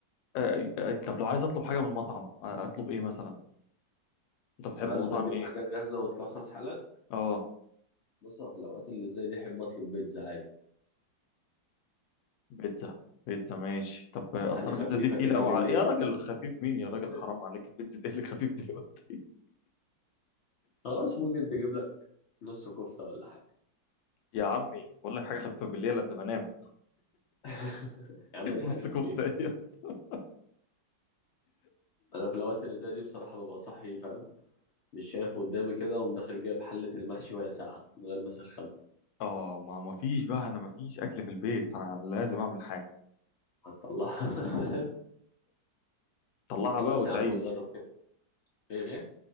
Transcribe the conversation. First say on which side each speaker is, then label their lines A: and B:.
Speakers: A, on the left (about 85°); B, on the left (about 65°).
A: آه، آه، طب لو عايز اطلب حاجه من مطعم آه، اطلب ايه مثلا انت بتحب
B: عايز
A: مطاعم
B: بقى تجيب
A: ايه
B: حاجة جاهزة وتلخص حالك
A: اه
B: بص أنا في الأوقات اللي زي دي أحب أطلب بيتزا عادي
A: بيتزا بيتزا ماشي طب آه،
B: حاجة
A: اصل انا
B: خفيفة
A: البيتزا دي تقيله
B: كده
A: قوي
B: بالليل
A: على... يا راجل خفيف مين يا راجل
B: <laughs>
A: حرام عليك البيتزا دي اللي خفيف دلوقتي
B: خلاص ممكن تجيب لك نص كفتة ولا حاجة
A: يا عمي بقول لك حاجه خفيفه بالليل قبل ما انام
B: <laughs> يا عم
A: <laughs>
B: دي
A: نص
B: حاجة خفيفة
A: كفته ايه يا اسطى
B: أنا في الأوقات اللي زي دي بصراحة ببقى صاحي فاهم مش شايف قدامي كده وأقوم داخل جايب حلة المحشي وهي ساقعة من غير ما أسخن
A: اه ما ما فيش بقى انا ما فيش اكل في البيت فلازم اعمل حاجه
B: هتطلعها <laughs>
A: طلعها
B: خلاص
A: بقى وتعيش
B: يا عم جرب كده إيه